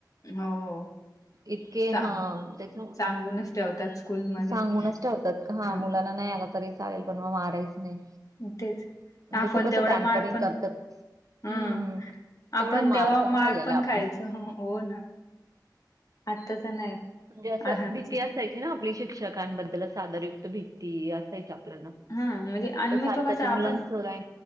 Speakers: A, on the left; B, on the right.
A: हो हो.
B: इतके
A: सांग
B: हा त्याच्या
A: सांगूनच ठेवतात स्कूलमध्ये
B: सांगूनच ठेवतात. हा
A: ह
B: मुलांना नाही आला तरी चालेल पण मग मारायच नाही.
A: तेच
B: म्हणजे
A: आपण
B: खूप असं
A: तेवढा
B: पॅम्परिंग
A: मार पण-
B: करतात.
A: हम्म
B: हं, तेवढा
A: आपण तेव्हा मार
B: खाल्लेला
A: पण
B: आहे आपण.
A: खायच हो ना. आत्ताच नाही.
B: म्हणजे असं
A: आहाच
B: भीती असायची ना आपली शिक्षकांबद्दलच आदरयुक्त भीती असायची आपल्याला.
A: हम म्हणजे आणि
B: तसं
A: मग
B: आत्ताच्या
A: तो कसं आपण
B: मुलांचं काय